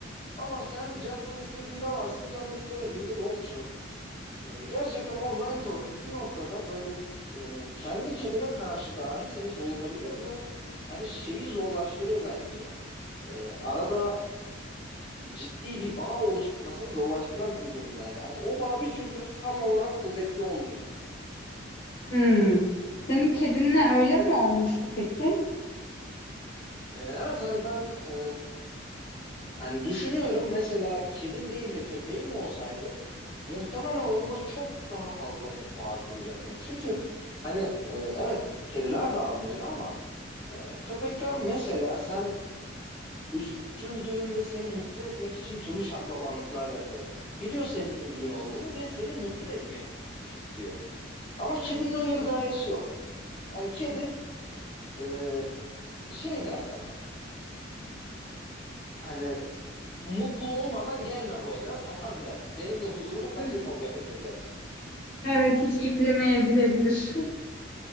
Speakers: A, on the left (about 25°); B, on the left (about 55°).
A: ama sen canın istediğinde varsın, canın istemediğinde yoksun. E, gerçekten online körlük bir noktada böyle e, kendi kendine karşı dahi seni soğutabiliyor ve hani şeyi zorlaştırıyor bence. E, arada ciddi bir bağ oluşmasını zorlaştıran bir durum bence. Hani o bağ bir türlü tam olarak kuvvetli olmuyor.
B: Hmm. Senin kedinle öyle mi olmuştu peki?
A: E, evet hani ben e, Yani düşünüyorum mesela kedim değil de köpeğim olsaydı muhtemelen onunla çok daha fazla bağ kuracaktım. Çünkü hani e, evet kediler de anlıyor ama e, köpekler mesela sen üzüldüğünde seni mutlu etmek için türlü şaklabanlıklar yapıyor. Biliyor senin üzgün olduğunu ve seni mutlu etmek istiyor. Ama kedinin öyle bir gayesi yok. Hani kedi e, şey der sana hani mutlu olmadan gelme bu eve falan der. Benim de huzurumu kaçırma
B: Hı.
A: bu evde der.
B: Evet, hiç iplemeyebilebilir. <laughs>